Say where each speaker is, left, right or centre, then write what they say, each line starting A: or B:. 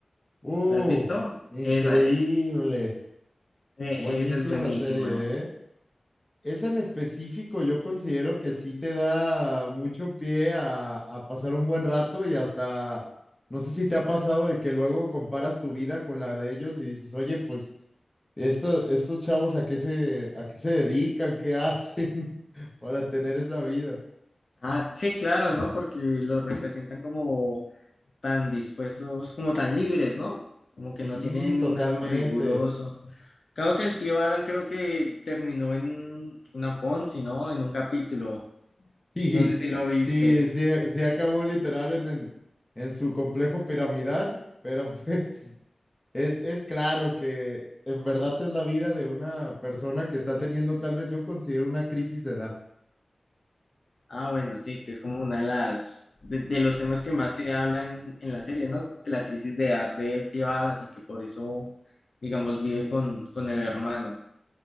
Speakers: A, on the left; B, on the left.
A: Uh,
B: ¿la has visto?
A: increíble.
B: Esa, eh, eh,
A: Buenísima
B: esa es buenísima.
A: serie, ¿eh? Esa en específico yo considero que sí te da mucho pie a, a pasar un buen rato y hasta, no sé si te ha pasado de que luego comparas tu vida con la de ellos y dices, oye, pues esto, estos chavos a qué se, a qué se dedican, qué hacen <laughs> para tener esa vida.
B: Ah, sí, claro, ¿no? Porque los representan como tan dispuestos, como tan libres, ¿no? Como
A: Sí,
B: que no tienen
A: totalmente.
B: algo riguroso.
A: <laughs>
B: Claro que el tío Alan creo que terminó en una Ponzi, ¿no? En un capítulo.
A: Sí,
B: No sé si lo viste.
A: sí, sí, sí acabó literal en, en, en su complejo piramidal, pero pues... es, es claro que en verdad es la vida de una persona que está teniendo, tal vez yo considero una crisis de edad.
B: Ah, bueno, sí, que es como una de las de, de los temas que más se habla en, en la serie, ¿no? Que la crisis de edad del tío Alan y que por eso, digamos, vive con, con el hermano.